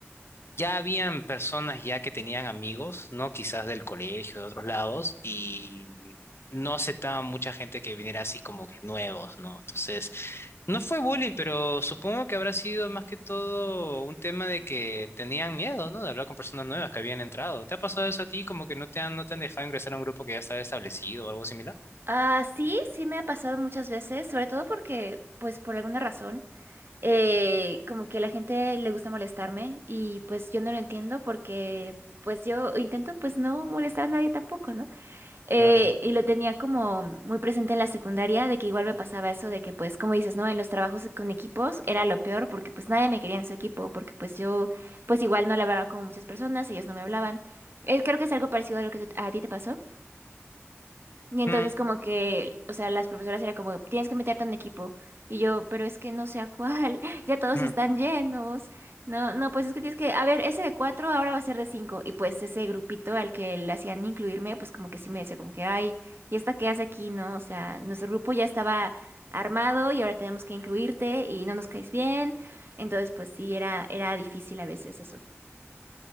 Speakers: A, on the left; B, on the right.
A: Ya habían personas ya que tenían amigos, ¿no? Quizás del colegio, de otros lados, y no aceptaban mucha gente que viniera así como que nuevos, ¿no? Entonces, no fue bullying, pero supongo que habrá sido más que todo un tema de que tenían miedo, ¿no? De hablar con personas nuevas que habían entrado. ¿Te ha pasado eso a ti? Como que no te han, no te han dejado ingresar a un grupo que ya estaba establecido o algo similar.
B: Ah, sí, sí me ha pasado muchas veces, sobre todo porque, pues por alguna razón, eh, como que a la gente le gusta molestarme y pues yo no lo entiendo porque, pues yo intento pues no molestar a nadie tampoco, ¿no? Eh,
A: Claro.
B: y lo tenía como muy presente en la secundaria, de que igual me pasaba eso, de que pues, como dices, ¿no? En los trabajos con equipos era lo peor porque pues nadie me quería en su equipo, porque pues yo pues igual no le hablaba con muchas personas, ellos no me hablaban. Eh, creo que es algo parecido a lo que tú- a ti te pasó. Y entonces
A: Mm,
B: como que, o sea, las profesoras era como, tienes que meterte en un equipo. Y yo, pero es que no sé a cuál, <laughs> ya todos
A: mm.
B: están llenos. No, no, pues es que tienes que, a ver, ese de cuatro ahora va a ser de cinco. Y pues ese grupito al que le hacían incluirme, pues como que sí me decía como que, ay, ¿y esta qué hace aquí? No, o sea, nuestro grupo ya estaba armado y ahora tenemos que incluirte y no nos caes bien. Entonces, pues sí, era, era difícil a veces eso.